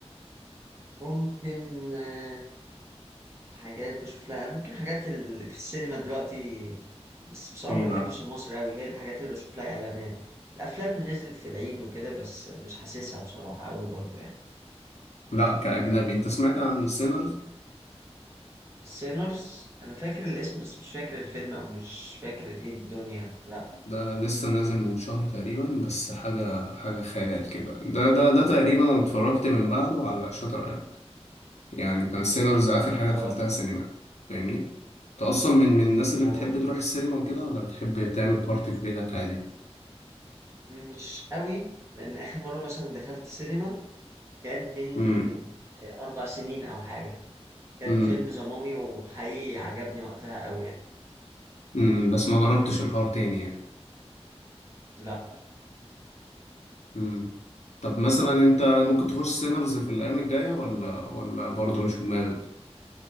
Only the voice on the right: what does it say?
ممكن آه، حاجات بشوف لها ممكن حاجات اللي في السينما دلوقتي بس بصراحة
ما بحبش
المصري قوي هي الحاجات اللي بشوف لها إعلانات الأفلام اللي نزلت في العيد وكده بس مش حاسسها بصراحة قوي برضو يعني
سينرز أنا فاكر الاسم بس مش فاكر الفيلم أو مش فاكر إيه الدنيا لأ
اه
اه
مش قوي لأن آخر مرة مثلا دخلت سينما كان من
آه، أربع سنين أو حاجة كان
فيلم ذا مامي وحقيقي عجبني وقتها قوي يعني
لأ